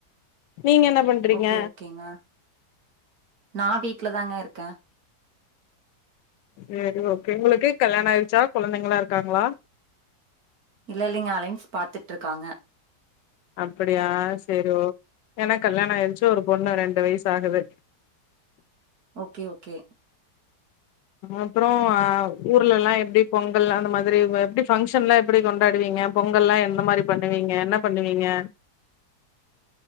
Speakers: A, on the left; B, on the right.
A: நீங்க என்ன பண்றீங்க
B: ஓகே ஓகேங்க நா வீட்ல தாங்க இருக்க
A: செரி ஓகே உங்ளுக்கு கல்யானோ ஆயிர்ச்சா கொழந்தைங்களா இருக்காங்களா
B: இல்ல இல்லைங்க அலைன்ஸ் பாத்துட்ருக்காங்க
A: அப்டியா செரி ஓக் எனக்கு கல்யாண ஆயிர்ச்சு ஒரு பொண்ணு ரெண்டு வய்சு ஆகுது
B: ஓகே ஓகே
A: அப்றம் ஊர்ல எல்லா எப்டி பொங்கல் அந்த மாதிரி எப்டி ஃபங்க்ஷன்லா எப்டி கொண்டாடுவீங் ங்க பொங்கல்லா எந்த மாதிரி பண்ணுவீங்க என்ன பண்ணுவீங்க